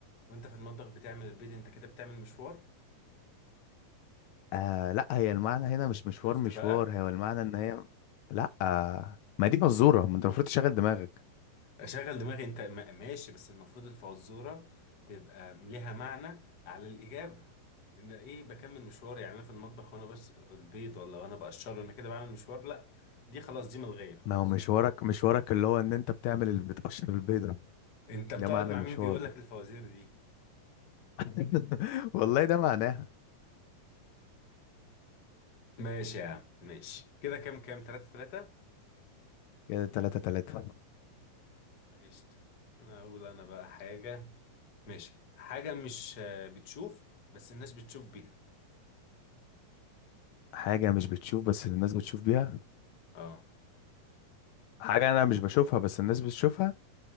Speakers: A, on the left; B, on the left.
A: وأنت في المطبخ بتعمل البيض أنت كده بتعمل مشوار
B: آه لا هي المعنى هنا مش مشوار
A: شفت
B: مشوار
A: بقى
B: هو المعنى ان هي لا آه ما دي مزورة ما انت المفروض تشغل دماغك
A: أشغل دماغي أنت ما- ماشي بس المفروض الفزورة تبقى ليها معنى على الإجابة إن إيه بكمل مشوار يعني أنا في المطبخ وأنا بس البيض ولا وأنا بقشره أنا كده بعمل مشوار لا دي خلاص دي ملغية خلاص
B: ما هو مشوارك مشوارك اللي هو ان انت بتعمل اللي بتقشر البيضة
A: أنت بتقعد
B: ده معنى
A: مع
B: المشوار
A: مين بيقول لك الفوازير دي
B: <laughs> والله ده معناها
A: ماشي يا عم ماشي كده كام كام تلاتة تلاتة
B: كده تلاتة تلاتة
A: قشطة أقول أنا بقى حاجة ماشي حاجة مش آه، بتشوف بس الناس بتشوف بيها
B: حاجة مش بتشوف بس الناس بتشوف بيها
A: اه
B: حاجة انا مش بشوفها بس الناس بتشوفها